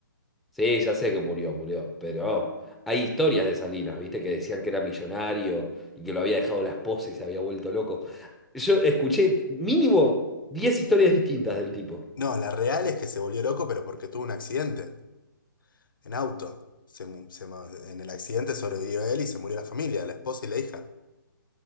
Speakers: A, in the centre; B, on the left.
A: Sí, ya sé que murió, murió, pero hay historias de Salinas, ¿viste? Que decían que era millonario y que lo había dejado la esposa y se había vuelto loco. Yo escuché mínimo 10 historias distintas del tipo.
B: No, la real es que se volvió loco, pero porque tuvo un accidente en auto. Se mu- se ma- en el accidente sobrevivió él y se murió la familia, la esposa y la hija.